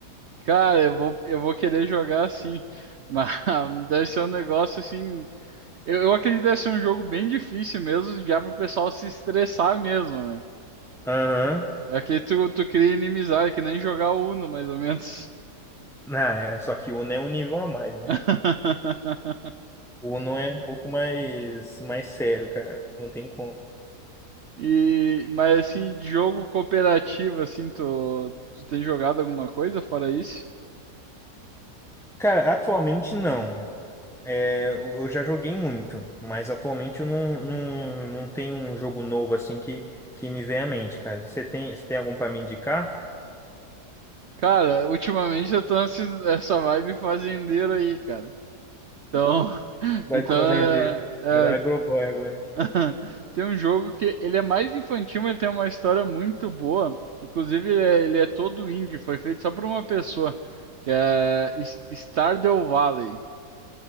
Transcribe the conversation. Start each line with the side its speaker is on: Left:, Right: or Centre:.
Right: Cara, eu vou, eu vou querer jogar assim. Mas <laughs> deve ser um negócio assim. Eu, eu acredito que deve ser um jogo bem difícil mesmo, já pro pessoal se estressar mesmo, né?
Centre: Aham.
Right: Aqui tu, tu cria inimizade, que nem jogar Uno, mais ou menos.
Centre: Ah, é, só que o Uno é um nível a mais, né?
Right: <laughs>
Centre: O Uno é um pouco mais, mais sério, cara. Não tem como.
Right: E, mas assim, de jogo cooperativo, assim, tu, tu tem jogado alguma coisa fora isso?
Centre: Cara, atualmente não. É, eu eu já joguei muito, mas atualmente eu não, não, não tenho um jogo novo assim que, que me vem à mente, cara. Você tem, você tem algum pra me indicar?
Right: Cara, ultimamente eu tô nessa, essa vibe fazendeiro aí, cara. Então, <laughs>
Centre: Vai
Right: então
Centre: pro fazendeiro.
Right: é, é,
Centre: Era Agroboy agora.
Right: <laughs> Tem um jogo que ele é mais infantil, mas ele tem uma história muito boa. Inclusive, ele é, ele é todo indie, foi feito só por uma pessoa, que é S- Stardew Valley.